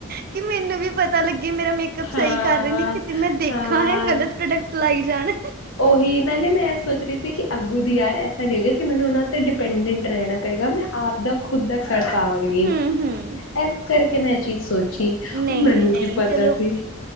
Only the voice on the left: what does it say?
ਹਾਂ,
ਹਾਂ
ਹੀ ਨਾਲੇ ਮੈਂ ਇਹ ਸੋਚ ਰਹੀ ਸੀ ਕਿ ਅੱਗੂ ਦੀ ਯਾਰ ਐਸਾ ਨਹੀਂ ਹੋਏਗਾ ਕਿ ਮੈਨੂੰ ਉਹਨਾਂ ਉੱਤੇ ਡਿਪੈਂਡੈਂਟ ਰਹਿਣਾ ਪਏਗਾ ਮੈਂ ਆਪ ਦਾ ਖੁਦ ਦਾ ਕਰ ਪਾਵਾਂਗੀ
ਇਸ ਕਰਕੇ ਕਿ ਮੈਂ ਇਹ ਚੀਜ਼ ਸੋਚ ਉਹ
ਮੈਨੂੰ
ਕੀ ਪਤਾ
ਸੀ